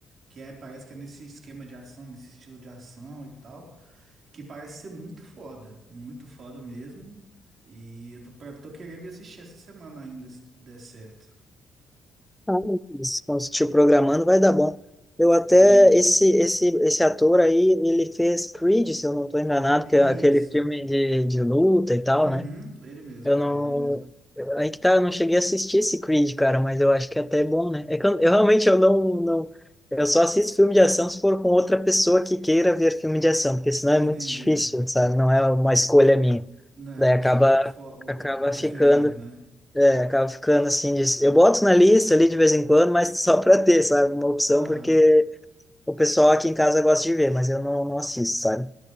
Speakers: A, on the right; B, in the centre.
A: que é, parece que é nesse esquema de ação, nesse estilo de ação e tal, que parece ser muito foda, muito foda mesmo. E eu tô, pra- tô querendo ir assistir essa semana ainda, se tudo der certo.
B: Ah, isso. Quando você estiver programando, vai dar bom. Eu até,
A: Sim.
B: esse, esse, esse ator aí, ele fez Creed, se eu não estou enganado,
A: Isso.
B: que é aquele filme de, de luta e tal,
A: Uhum,
B: né?
A: ele mesmo,
B: Eu não...
A: é ele mesmo.
B: Aí que tá, eu não cheguei a assistir esse Creed, cara, mas eu acho que é até bom, né? É que eu, eu realmente, eu não, não... Eu só assisto filme de ação se for com outra pessoa que queira ver filme de ação, porque senão é
A: Entendi.
B: muito difícil, sabe? Não é uma escolha minha.
A: Não é
B: Daí
A: o
B: acaba,
A: seu o, fo- o,
B: acaba
A: o- preferido,
B: ficando...
A: né?
B: É, acaba ficando assim. de- Eu boto na lista ali de vez em quando, mas só <laughs> para ter, sabe? Uma opção,
A: Aham.
B: porque o pessoal aqui em casa gosta de ver, mas eu não, não assisto, sabe?